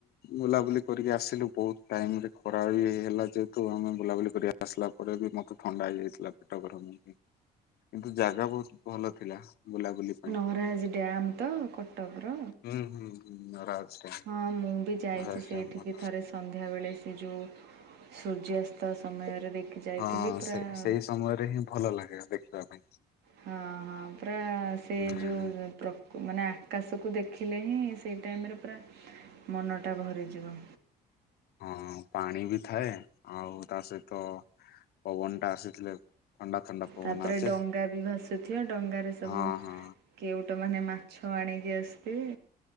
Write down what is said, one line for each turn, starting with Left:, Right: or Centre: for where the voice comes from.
Left: ବୁଲାବୁଲି କରିକି ଆସିଲୁ ବହୁତ ଟାଇମ ରେ ଖରା ବି ହେଇ ହେଲା ଯେ ତ ଆମେ ବୁଲାବୁଲି କରିବା ଆସିଲା ପରେ ବି ମତେ ଥଣ୍ଡା ହେଇଯାଇଥିଲା ପେଟ ଗରମ ହେଇକି। କିନ୍ତୁ ଜାଗା ବହୁତ ଭଲ ଥିଲା ବୁଲାବୁଲି ପାଇଁ।
Right: ମରାଜ ଡ୍ୟାମ୍ ତ କ ଟକ ର
Left: ହୁଁ ହୁଁ ହୁଁ ନରାଜ ଡ୍ୟାମ
Right: ହଁ ମୁଁ ବି ଯାଇଛି
Left: ନରାଜ
Right: ସେଇଠିକି
Left: ଡ୍ୟାମ
Right: ଥରେ ସନ୍ଧ୍ୟାବେଳେ ସେ ଯେଉଁ ସୂର୍ଯ୍ୟାସ୍ତ ସମୟରେ ଦେଖି ଯାଇଥିଲି
Left: ହଁ
Right: ପୁରା
Left: ସେ ସେଇ ସମୟରେ ହିଁ ଭଲ ଲାଗେ ଦେଖିବା ପାଇଁ।
Right: ହଁ ହଁ ପୁରା ସେ
Left: ହୁଁ
Right: ଯୋଊଁ ପ୍ରକୁ ମାନେ ଆକାଶକୁ ଦେଖିଲେ ହିଁ ସେଇ ଟାଇମ୍ ରେ ପୁରା ମନଟା ଭରିଯିବ।
Left: ହଁ ପାଣି ବି ଥାଏ ଆଉ ତା ସହିତ ପବନ ଟା ଆସିଥିଲେ ଥଣ୍ଡା ଥଣ୍ଡା। ପବନ
Right: ତାପରେ
Left: ଆସେ
Right: ଡଙ୍ଗା ବି ଭାସୁଥିବ ଡଙ୍ଗାରେ ସବୁ
Left: ହଁ ହଁ
Right: କେଉଟ ମାନେ ମାଛ ଆଣିକି ଆସଥିବେ।